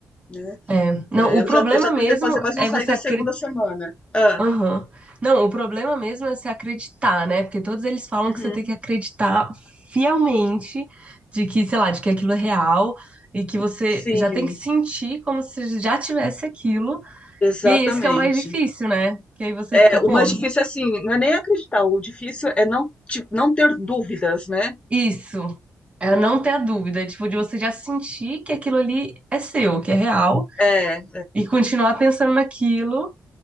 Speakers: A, on the left; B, on the right.
A: né?
B: É. Não,
A: É,
B: o
A: eu
B: problema
A: já, eu já
B: mesmo
A: tentei fazer, mas
B: é
A: não saí
B: você
A: da
B: acre-
A: segunda semana. Ah,
B: Aham. Não, o problema mesmo é se acreditar, né? Porque todos eles falam
A: uhum.
B: que você tem que acreditar fielmente de que, sei lá, de que aquilo é real e que você
A: Sim,
B: já tem que sentir como se já tivesse aquilo.
A: exatamente.
B: E é esse que é o mais difícil, né? Que aí você
A: É,
B: fica,
A: o
B: pô,
A: mais difícil é assim, não é nem acreditar, o difícil é não, te- não ter dúvidas, né?
B: isso. É não ter a dúvida, tipo, de você já sentir que aquilo ali é seu, que é real,
A: É, é,
B: e continuar pensando naquilo,